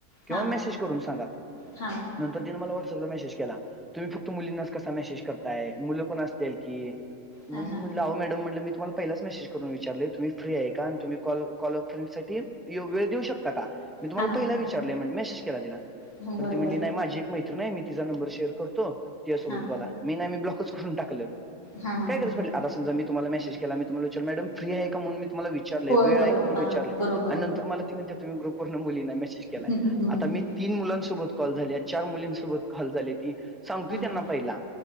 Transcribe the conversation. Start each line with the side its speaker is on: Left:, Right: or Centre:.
Centre: किंवा
Left: हा
Centre: मेसेज करून सांगा.
Left: हा
Centre: नंतर तीन मला व्हॉट्सपला मेसेज केला, तुम्ही फक्त मुलींना कसा मेसेज कर ताय मुलं पण असत्याल की, मग
Left: हा
Centre: मी
Left: हा
Centre: म्हटलं आहो मॅडम म्हटलं मी तुम्हांला. पहिलाच मेसेज करून विचारले, तुम्ही फ्री आहे का तुम्ही कॉल अ फ्रेंडसाठी वेळ देऊ शकता का. मी तुम्हांला
Left: हा हा
Centre: पहिला विचारलंय म्हणलं मेसेज केला, तिला
Left: हं,
Centre: तर
Left: बरोबर
Centre: ती म्हणली नाही माझी एक मैत्रीण आहे. तिचा नंबर शेअर करतो तिझ्या सोबत
Left: हा
Centre: बोला, मी नाही मी ब्लॉकच करून टाकलं
Left: हा हा
Centre: काय
Left: हा
Centre: गरज
Left: हा
Centre: पडल्या. आता समजा मी तुम्हाला मेसेज केला. मी तुम्हांला विचार मॅडम फ्री आहे का, म्हणून मी तुम्हाला विचा विचारले
Left: होय
Centre: वेळ
Left: होय
Centre: आहे का म्हणून
Left: हा
Centre: विचारले,
Left: बरोबर
Centre: आणि नंतर मला. ती म्हणत्या तुम्ही ग्रुपवरण मुलींना मेसेज केलाय.
Left: हं, हं, हं, हं,
Centre: आता
Left: हं.
Centre: मी तीन मुलांसोबत कॉल झालेत चार मुलीन सोबत. कॉल झाल्या ती सांगतोय
Left: हा
Centre: त्यांना
Left: हा
Centre: पहिला,